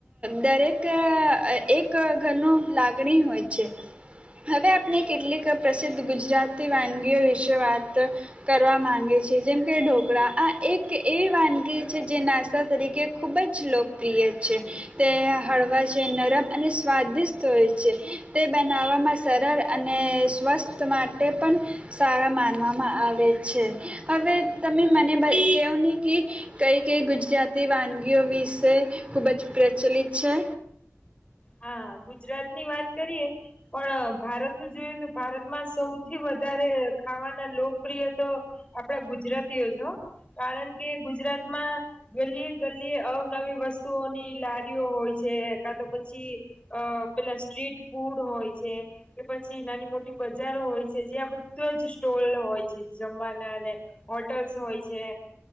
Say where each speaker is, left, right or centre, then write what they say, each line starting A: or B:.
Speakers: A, on the right; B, on the left.
A: દરેક એક ઘરનું લાગણી હોય છે. હવે આપણે કેટલીક પ્રસિદ્ધ ગુજરાતી વાનગીઓ વિશે વાત કરવા માગે છીએ જેમ કે ઢોકળા આ એક એવી વાનગી છે જે નાસ્તા તરીકે ખૂબ જ લોકપ્રિય છે. તે હળવા છે નરમ અને સ્વાદિષ્ટ હોય છે. તે બનાવવામાં સરળ અને સ્વસ્થ માટે પણ સારા માનવામાં આવે છે હવે તમે મને બ કવું નહીં કે કઈ કઈ ગુજરાતી વાનગીઓ વિશે ખૂબ જ પ્રચલિત છે.
B: હા ગુજરાત ની વાત કરીએ પણ અહ ભારતનું જોઈએ તો ભારતમાં સૌથી વધારે ખાવાના લોકપ્રિય તો આપડા ગુજરાતીઓ જ હ. કારણ કે ગુજરાતમાં ગલીએ ગલીએ અવનવી વસ્તુઓની લારીઓ હોય છે કા તો પ પછી અહ પેલા સ્ટ્રીટ ફૂડ હોય છે કે પછી નાની મોટ બજારો હોય છે જ્યાં બધો જ સ્ટોલ હોય છે જમવાના અને હોટલ્સ હોય છે.